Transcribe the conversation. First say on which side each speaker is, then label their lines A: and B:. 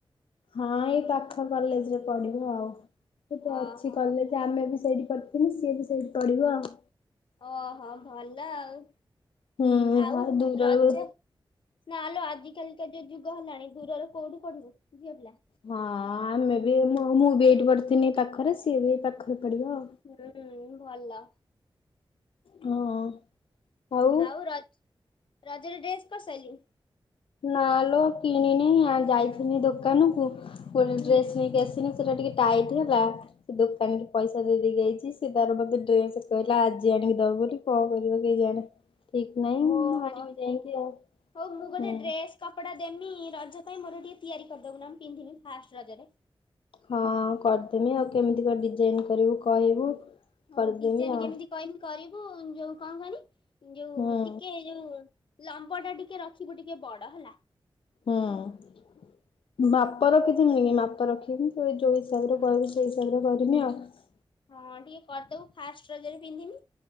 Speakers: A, on the left; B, on the left.
A: ହଁ, ଏଇ ପାଖ କଲେଜରେ ପଢ଼ିବ ଆଉ। ଏଠି
B: ଓହୋ
A: ଅଛି କଲେଜ ଆମେ ବି ସେଇଠି ପଢ଼ିଥିଲୁ। ସିଏ ବି ସେଇଠି ପଢ଼ିବ ଆଉ।
B: ଓହୋ, ଭଲ ଆଉ।
A: ହୁଁ
B: ଆଉ
A: ଦୂରରୁ
B: ରଜ ନା ଲୋ ଆଜିକାଲି ଯ ଯୁଗ ହେଲାଣି ଦୂରରେ କୋଉଠି ପଢ଼ିବୁ ଝିଅ ପିଲା।
A: ହଁ ଆମେ ବି ମୁଁ ବି ଏଇଠି ପଡିଥିନି ପାଖରେ ସିଏ ବି ଏଇ ପାଖରେ ପଡିବ ଆଉ।
B: ହୁଁ ଭଲ।
A: ହଁ ଆଉ।
B: ଆଉ ରଜ ରଜରେ ଡ୍ରେସ୍ କରିସାରିଲାଇ।
A: ନା ଲୋ କିଣିନି ଆ ଯାଇଥିନି ଦୋକାନକୁ ଗୋଟେ
B: ହୁଁ
A: ଡ୍ରେସ ନେଇକି ଆସି। ଥିନି ସେଇଟା ଟିକେ ଟାଇଟ୍ ହେଲା। ସେ ଦୋକାନି କି ପଇସା ଦେଇ ଦେଇକି ଆଇଛି ସି ତାର ମତେ ଡ୍ରେସ କହିଲା ଆଜି ଆଣିକି ଦବ ବୋଲି। କଣ କରିବ କେଜାଣି ଠିକ ନାହିଁ
B: ଓହୋ।
A: ମୁଁ ଆଣିବି ଯାଇକି ଆଉ।
B: ହଉ ମୁଁ ଗୋଟେ
A: ହୁଁ।
B: ଡ୍ରେସ୍ କପଡ଼ା ଦେମି ରଜ ପାଇଁ ମୋର ଟିକେ ତିଆରି କରିଦବୁ ନା ମୁଁ ପିନ୍ଧିବି ଫାଷ୍ଟ ରଜରେ।
A: ହଁ କରିଦେମି ଆଉ କେମିତିକଣ ଡିଜାଇନ୍ କରିବୁ କହିବୁ।
B: ହଉ
A: କରିଦେମି
B: ଡିଜାଇନ
A: ଆଉ
B: କେମିତି କହିମି କରିବୁ ଯୋଉ କଣ କହନି ଯୋଉ
A: ହୁଁ
B: ଟିକେ ଯୋଉ। ଲମ୍ବ ଟା ଟିକେ ରଖିବୁ ଟିକେ ବଡ ହେଲା।
A: ହୁଁ ମାପ ରଖିଛି କି ମାପ ରଖିଵି ତ ଯେଉ ହିସାବରେ
B: ହଁ
A: କହିବୁ ସେଇ ହିସାବରେ କରିମି ଆଉ।
B: ହଁ ଟିକେ କରିଦେବୁ ଫାଷ୍ଟ ରଜରେ ପିନ୍ଧିମି